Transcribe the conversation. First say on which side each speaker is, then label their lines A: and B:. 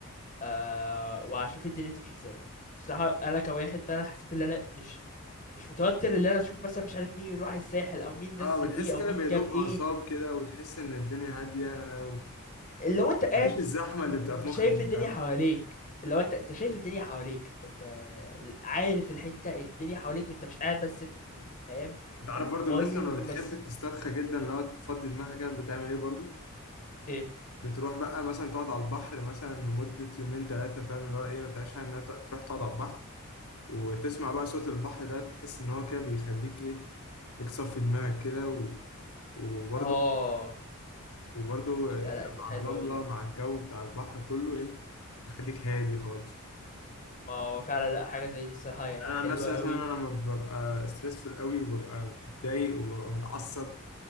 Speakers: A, on the left; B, on the left.
A: أه واشوف الدنيا تمشي ازاي بصراحه انا كواحد فعلا حسيت ان انا مش مش متوتر ان انا اشوف مثلا مش عارف مين راح الساحل او مين
B: اه
A: نزل
B: بتحس
A: ايه او
B: كده
A: مين
B: بهدوء
A: جاب ايه
B: اعصاب كده وتحس ان الدنيا هادية
A: لو انت قاعد
B: ومفيش الزحمة
A: م-
B: اللي بتبقى في
A: م- شايف
B: مخك دي،
A: الدنيا
B: فاهم
A: حواليك لو انت انت شايف الدنيا حواليك انت انت عارف الحتة الدنيا حواليك انت مش قاعد بس في فاهم
B: انت عارف
A: الموبايل
B: برضو الناس لما
A: وبس
B: بتحب تسترخى جدا لو تفضي دماغها كده بتعمل ايه برضو
A: ايه
B: بتروح بقى مثلا تقعد على البحر مثلا لمدة يومين ثلاثة فاهم اللي هو ايه ما تعيش انها تروح تقعد على البحر وتسمع بقى صوت البحر ده تحس إن هو كده بيخليك إيه ليك صفي دماغك كده و... وبرضه
A: اه
B: وبرضه آه،
A: لا لا دي
B: مع
A: حلوة
B: الرملة
A: أوي دي
B: مع الجو بتاع البحر كله إيه بيخليك هادي خالص
A: ما هو فعلا لا حاجة زي دي الصراحة هي
B: أنا
A: حلوة
B: عن نفسي مثلا
A: أوي
B: أنا لما ببقى ستريسفول قوي وببقى متضايق وببقى متعصب